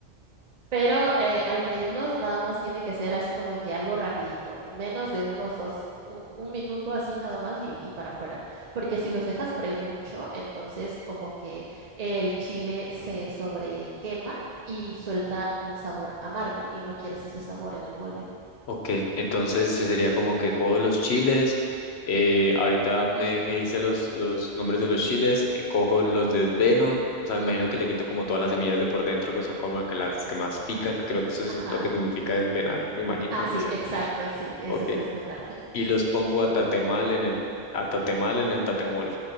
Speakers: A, on the right (about 45°); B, on the left (about 80°).
A: Pero eh, al freírlos nada más tiene que ser así como que algo rapidito, menos de unos dos, un, un minuto así nada más y, y para afuera. Porque si los dejas freír mucho, entonces como que el chile se sobrequema y suelta un sabor amargo y no quieres ese sabor en el mole.
B: Ok, entonces sí sería como que cojo los chiles, eh, ahorita me, me hice los, los nombres de los chiles, eh, cojo los desveno, o sea, me imagino que le quito como todas las semillas de por dentro que son como que las que más pican, creo que eso es
A: Ajá.
B: lo que significa desvenar, me imagino,
A: Ah, sí,
B: <laughs> no sé.
A: exacto, sí, eso
B: Ok,
A: es desvenar.
B: y los pongo a tatemal en el, a tatemal en el tatemol,